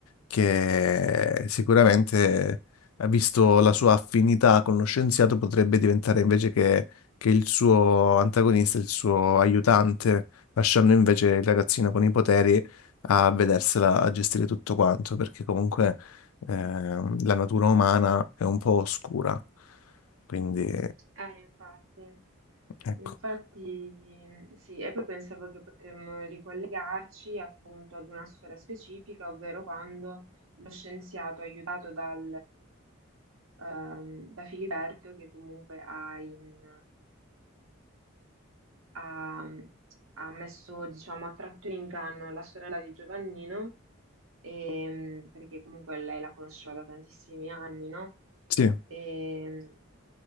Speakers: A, on the left (about 90°); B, on the right (about 75°).
A: che sicuramente, eh, visto la sua affinità con lo scienziato, potrebbe diventare invece che, che il suo antagonista, il suo aiutante, lasciando invece il ragazzino con i poteri a vedersela a gestire tutto quanto, perché comunque eh, la natura umana è un po' oscura. Quindi,
B: Eh, infatti.
A: ecco.
B: Infatti, sì, e poi pensavo che potremmo ricollegarci appunto ad una storia specifica, ovvero quando lo scienziato aiutato dal, ehm, da Filiberto, che comunque ha in, ha, ha messo, diciamo, ha tratto in inganno la sorella di Giovannino, ehm, perché comunque lei la conosceva da tantissimi anni, no?
A: Sì.
B: Ehm,